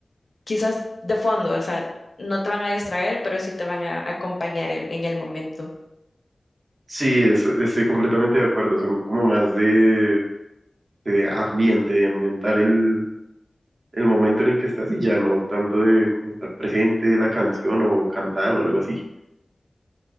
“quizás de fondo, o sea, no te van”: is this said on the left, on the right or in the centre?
Left